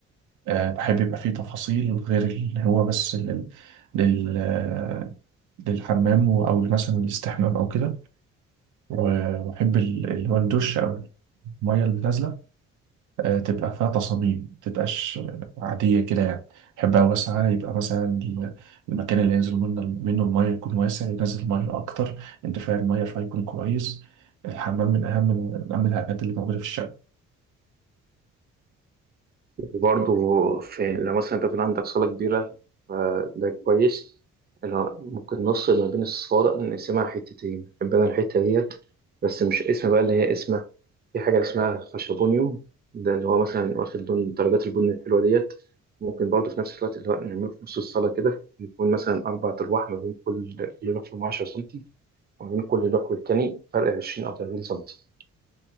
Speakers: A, on the right (about 80°); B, on the right (about 30°).
A: آه، بحب يبقى فيه تفاصيل غير اللي هو بس لل... لل... آه، للحمام و- أو مثلا الاستحمام أو كده وأحب ال- اللي هو الدش أو المية اللي نازلة آه، تبقى فيها تصاميم ما تبقاش آه، عادية كده يعني يحبها واسعة يبقى مثلا ال- المكان اللي ينزل منه منه المية يكون واسع ينزل مية أكتر انتفاع المية فيكون كويس الحمام من أهم من أهم الحاجات اللي موجودة في الشقة
B: وبرضه في لو مثلا انت بيكون عندك صالة كبيرة فده كويس اللي هو ممكن نفصل ما بين الصالة نقسمها حتتين نحب انا الحتة ديت بس مش اسم بقى اللي هي اسمها في حاجة اسمها خشبونيوم ده اللي هو مثلا واخد لون درجات البن الحلوة ديت ممكن برضه في نفس الوقت اللي هو نعمله في نص الصالة كده يكون مثلا أربع أرواح ما بين كل كل لوح فيهم 10 سنتي وما بين كل لوح والتاني فرق 20 أو 30 سنتي